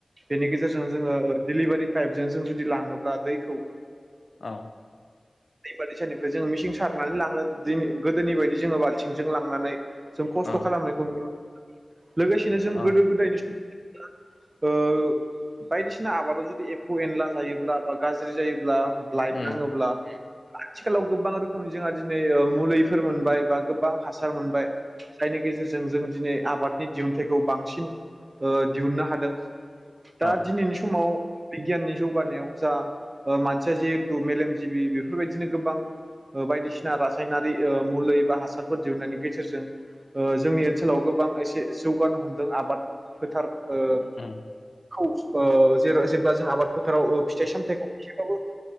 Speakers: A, on the right (about 40°); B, on the left (about 65°).
A: बेनि गेजेरजों जोङो डिलिभारि पाइपजों जों जुदि लाङोब्ला दैखौ
B: औ
A: दै बा दैसानिफ्राय जोङो मिसिं सारनानै लाङो दिनै गोदोनि बायदि जोङो बाल्थिंजों लांनानै जों खस्थ'
B: औ
A: खालामनायखौ नु लोगोसेनो जों
B: औ
A: गोदो गोदायनि सम ओ बायदिसिना आबादाव जुदि एफ्फौ एनला जायोब्ला बा गाज्रि जायोब्ला लाइट
B: उम
A: नाङोब्ला आथिखालाव गोबां रोखोमनि जोंहा दिनै मुलिफोर मोनबाय बा गोबां हासार मोनबाय जायनि गेजेरजों जों दिनै आबादनि दिहुनथाइखौ बांसिन ओ दिहुननो हादों दा
B: औ
A: दिनैनि समाव बिगियाननि जौगानायाव जा ओ मानसिया जिहेथु मेलेमजिबि बेफोरबायदिनो गोबां ओ बायदिसिना रासायनारि ओ मुलै बा हासारफोर दिहुननायनि गेजेरजों ओ जोंनि ओनसोलाव गोबां एसे जौगानो हमदों आबाद फोथार ओ
B: उम
A: खौ ओ जे जेब्ला जों आबाद फोथाराव फिथाइ सामथायाइखौ बो